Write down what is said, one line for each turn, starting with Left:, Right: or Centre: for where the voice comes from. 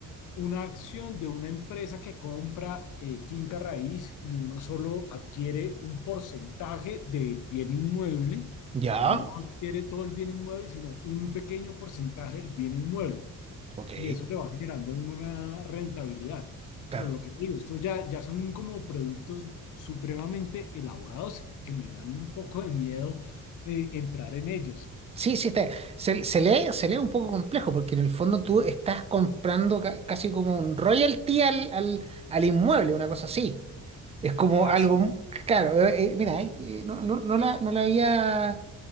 Left: una acción de una empresa que compra eh, finca raíz y uno solo adquiere un porcentaje del bien inmueble. O
Right: Ya.
Left: sea, uno no adquiere todo el bien inmueble, sino un pequeño porcentaje del bien inmueble.
Right: Ok.
Left: Y eso le va generando a uno una rentabilidad.
Right: Claro.
Left: Pero lo que te digo, estos ya, ya son como productos supremamente elaborados que me dan un poco de miedo eh, entrar en ellos.
Right: Sí, sí, está. Se, se lee, se lee un poco complejo porque en el fondo tú estás comprando ca- casi como un royalty al, al, al inmueble, una cosa así. Es como
Left: Casi.
Right: algo, claro, eh, eh, mira, eh, eh, no, no, no la, no la había,